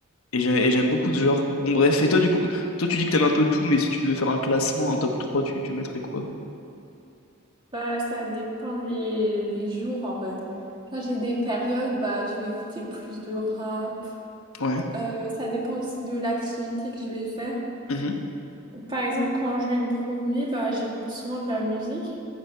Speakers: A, on the left (about 75°); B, on the right (about 20°).
A: j'ai- et j'aime beaucoup ce genre. Bon, bref. Et toi, du coup, toi, tu dis que t'aimes un peu tout, mais si tu devais faire un classement, un top trois tu, tu mettrais quoi?
B: Bah, ça dépend des, des jours, en fait. Genre, j'ai des périodes, bah, je vais écouter plus de rap.
A: Ouais.
B: Euh, ça dépend aussi de l'activité que je vais faire.
A: Mhm.
B: Par exemple, quand je vais me promener, bah, j'écoute souvent de la musique.